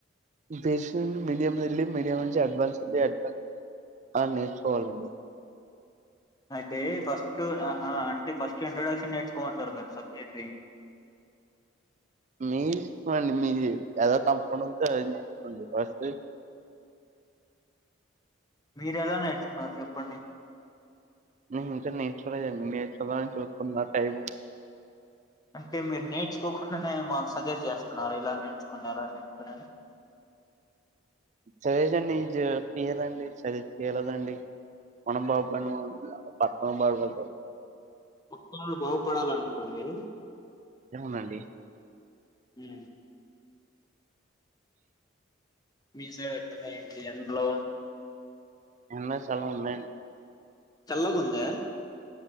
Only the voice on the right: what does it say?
బేసిక్ మీడియం వెళ్ళి మీడియం నుంచి అడ్వాన్స్ వెళ్ అడ్వాన్స్ అని నేర్చుకోవాలండి
మీ ఇసుకోండి మీ ఎలా తంపంంతోకోండి వస్త
నేను ఇంకా నేర్చుకోలేదని నేర్చుకోవాలని చూస్తున టైం
సజెస్ట్ చేయలేదండి సజెస్ట్ చేయలేదండి మనం బాగుపడ్ పక్క బాగుపడ్
ఏమోనండి
ఎండలు చాలా ఉన్నాయండి